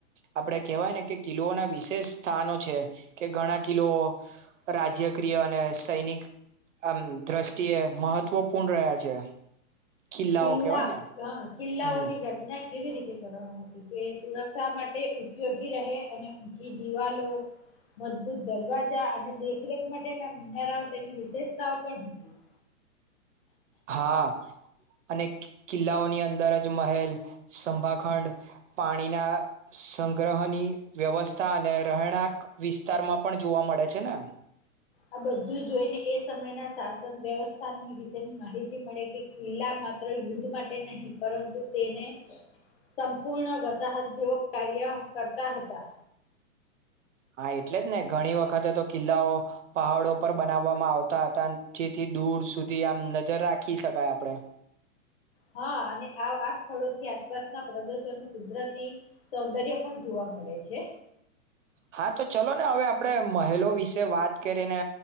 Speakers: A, on the right; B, on the left.
A: આપડે કેહેવાય ને કે કિલ્લોના વિશેષ સ્થાનો છે, કે ઘણા કિલો રાજ્યક્રિય અને સૈનિક આમ દ્રષ્ટિએ મહત્વપૂર્ણ રહ્યા છે. કિલ્લાઓ
B: કિલ્લા
A: કેવાય ને
B: હ કિલ્લાઓની
A: હમ
B: રચના કેવી રીતે કરવાવામાં હતી કે સુરક્ષા માટે ઉપયોગી રહે અને ઊંચી દિવાલો મજબૂત દરવાજા અને દેખરેખ માટેના મિનારાઓ તેની વિશેષતાઓ પણ
A: હા અને કિલ્લાઓની અંદર જ મહેલ, સંભાખંડ, પાણીના સંગ્રહની વ્યવસ્થા અને રહેણાંક વિસ્તારમાં પણ જોવા મળે છે ને.
B: આ બધું જોઈને એ સમયના શાસન વ્યવસ્થાની વિશેની માહિતી મળે કે કિલ્લા માત્ર યુદ્ધ માટે નહીં, પરંતુ તેને સંપૂર્ણ વસાહત જેવ કાર્ય કરતા હતા.
A: હા એટલે જ ને ઘણી વખતે તો કિલ્લાઓ પહાડો પર બનાવવામાં આવતા હતા જેથી દૂર સુધી આમ નજર રાખી શકાય આપડે.
B: હા અને આ આ સ્થળોથી આસપાસના પ્રદર્શનું કુદરતી સૌંદર્ય પણ જોવા મળે છે.
A: હા તો ચલો ને હવે આપડણે મહેલો વિશે વાત કરીએ ને